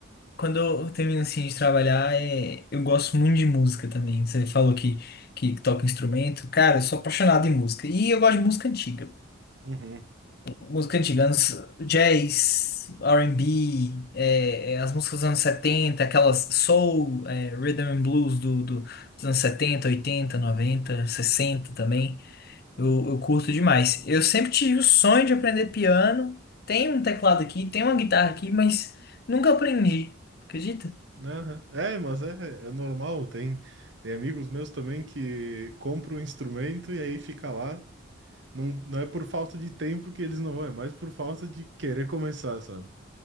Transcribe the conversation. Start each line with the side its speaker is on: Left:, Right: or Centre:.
Left: quando eu termino assim de trabalhar, é, eu gosto muito de música também. Você falou que, que toca instrumento. Cara, eu sou apaixonado em música. E eu gosto de música antiga.
Right: Uhum.
Left: música antiga, anos, jazz, R&B, é, é, as músicas dos anos 70, aquelas soul, é, rhythm and blues do, do- dos anos 70, 80, 90, 60 também. Eu, eu curto demais. Eu sempre tive o sonho de aprender piano. Tem um teclado aqui, tem uma guitarra aqui, mas nunca aprendi. Acredita?
Right: Aham. É, mas é, é normal. Tem, tem amigos meus também que compram um instrumento e aí fica lá. Não, não é por falta de tempo que eles não vão, é mais por falta de querer começar, sabe?